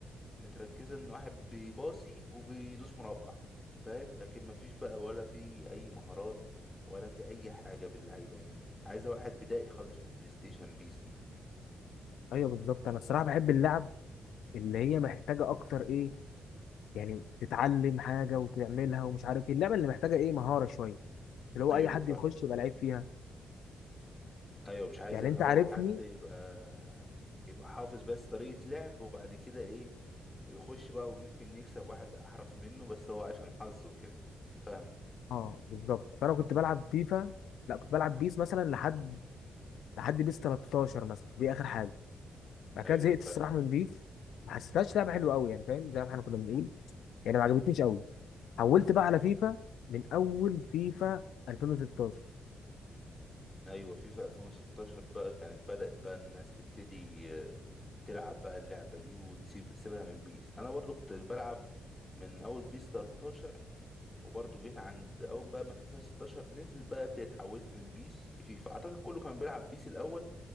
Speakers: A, on the left (about 15°); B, on the left (about 90°).
A: متركزه ان واحد بيباصي وبيدوس مربع فاهم لكن مفيش بقى ولا في اي مهارات ولا في اي حاجه باللعيبه يعني عايزه واحد بدائي خالص في البلاي ستيشن بيس دي
B: ايوه بالظبط انا الصراحه بحب اللعب اللي هي محتاجه اكتر ايه يعني تتعلم حاجه وتعملها ومش عارف ايه اللعبه اللي محتاجه ايه مهاره شويه اللي هو
A: ايوه
B: اي حد
A: فاهم
B: يخش يبقى لعيب فيها
A: ايوه مش عايز
B: يعني
A: اللي
B: انت
A: هو
B: عارفني
A: حد يبقى يبقى حافظ بس طريقة لعب وبعد كده ايه يخش بقى وممكن يكسب واحد احرف منه بس هو عشان حظه كده فاهم
B: اه بالظبط فانا كنت بلعب فيفا لا كنت بلعب بيس مثلا لحد لحد بيس 13 مثلا دي اخر حاجه بعد كده
A: ايوه
B: زهقت الصراحه
A: فاكر
B: من بيس ما حسيتهاش لعبه حلوه قوي يعني فاهم زي ما احنا كنا بنقول يعني ما عجبتنيش قوي حولت بقى على فيفا من اول فيفا 2016
A: ايوه فيفا 2016 بقى كانت بدأت بقى الناس تبتدي آه، تلعب بقى اللعبة دي وتسيب سيبها من بيس انا برضو كنت بلعب من اول بيس 13 وبرضو جيت عند اول بقى ما فيفا 16 نزل بقى ابتديت حولت من بيس لفيفا اعتقد كله كان بيلعب بيس الاول